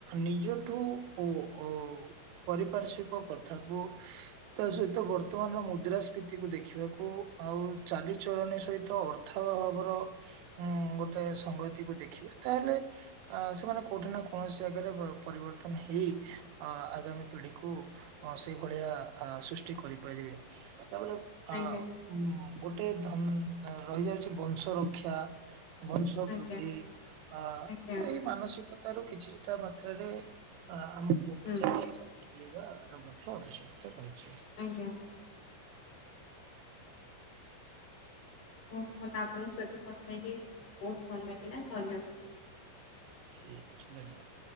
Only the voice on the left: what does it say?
ଆଜ୍ଞା
ଆଜ୍ଞା
ଆଜ୍ଞା
ହୁଁ
ଆଜ୍ଞା ହଉ ମତେ ଆପଣଙ୍କ ସହିତ କଥା ହେଇକି ବହୁତ ଭଲ ଲାଗିଲା ଧନ୍ୟବାଦ